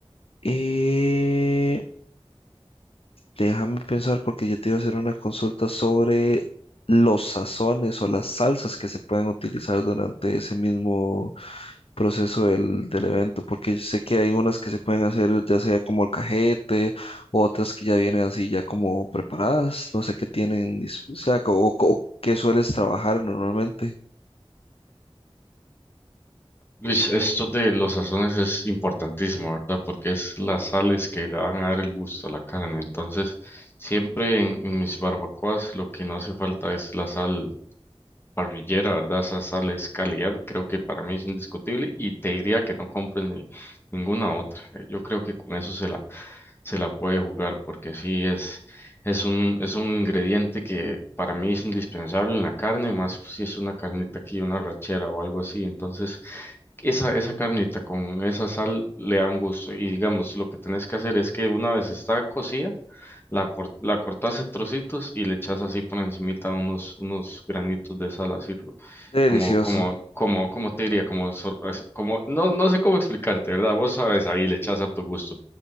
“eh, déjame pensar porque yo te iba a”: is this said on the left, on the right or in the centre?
Left